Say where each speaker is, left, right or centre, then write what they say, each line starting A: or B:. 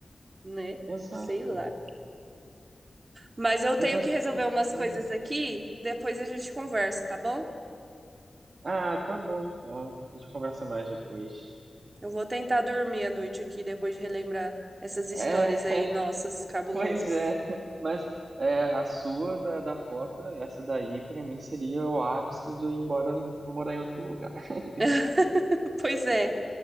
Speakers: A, on the right (about 40°); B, on the right (about 65°).
A: né?
B: exato.
A: Sei lá. Mas eu tenho
B: Exatamente,
A: que resolver umas
B: sabe?
A: coisas aqui, depois a gente conversa, tá bom?
B: Ah, tá bom então. A gente conversa mais depois.
A: Eu vou tentar dormir à noite aqui depois de relembrar essas histórias
B: É, <laughs>
A: aí, nossas, cabulosas.
B: pois é. Mas é, a sua da, da foto, essa daí, pra mim seria o ápice de eu ir embora de, pra morar em outro lugar. <laughs>
A: <laughs> Pois é.